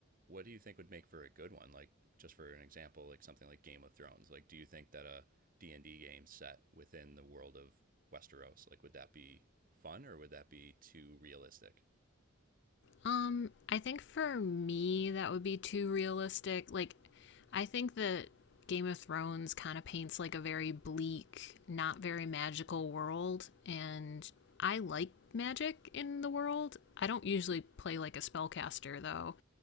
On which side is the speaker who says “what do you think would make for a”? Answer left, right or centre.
Right